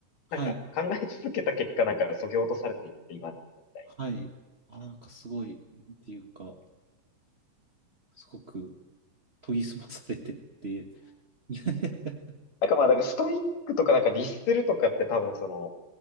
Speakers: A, on the right; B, on the left.
A: はい、
B: なんか考え続けた結果なんか削ぎ落とされていって今になったみたいな。
A: はい。あー、なんかすごい、なんていうか、すごく研ぎ澄まされてって、<laughs>
B: なんかまあなんからストイックとかなんか律するとかって多分その